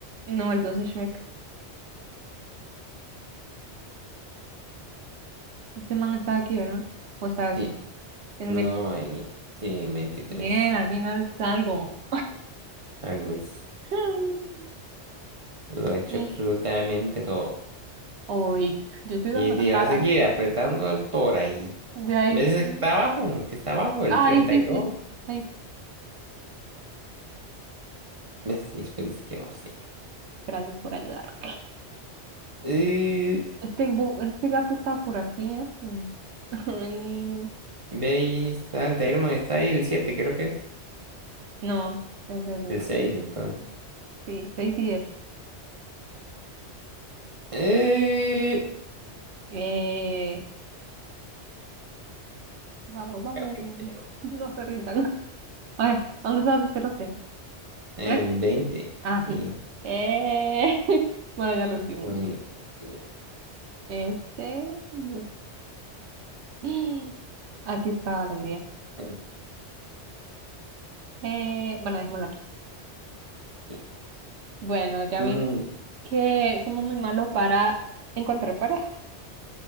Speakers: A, on the right (about 75°); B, on the right (about 35°).
A: No, el 12 Shrek. Este man estaba aquí, ¿verdad? ¿O estaba aquí?
B: sí,
A: El
B: no hay. Sí, veintitrés
A: Bien, al final salgo.
B: Algo hice.
A: <laughs>
B: Lo he hecho
A: Mm.
B: absolutamente todo.
A: Oy, yo estoy dando
B: Y te
A: la cara.
B: va a seguir apretando al toro ahí.
A: De ahí.
B: ¿Ves
A: sí
B: el
A: no-
B: que está abajo? El que está abajo, el
A: Ay,
B: treinta
A: sí,
B: y dos
A: sí. Ay,
B: ¿Ves? Y después dice que no sé yo.
A: gracias por ayudar.
B: Eh,
A: Este, bu- este gato está por aquí, ¿eh? Sí. Ay,
B: Ve ahí está de Iron Man, está ahí el 7 creo que es.
A: no, es el,
B: El seis entonces.
A: sí, seis y diez.
B: Eh,
A: Eh, vamos, vamos.
B: ah, qué
A: <laughs>
B: feo.
A: No se rindan. A ver, ¿dónde está su cerote?
B: En
A: ¿Será que-
B: 20.
A: Ah, sí.
B: Sí,
A: Eh, <laughs> bueno, ya lo último.
B: muy bien.
A: Este, y este. <gasps> Aquí está la alegría.
B: Muy
A: Eh, bueno, dejémoslo aquí.
B: bien.
A: Bueno, ya
B: Muy
A: vimos que somos muy malos para encontrar parejas.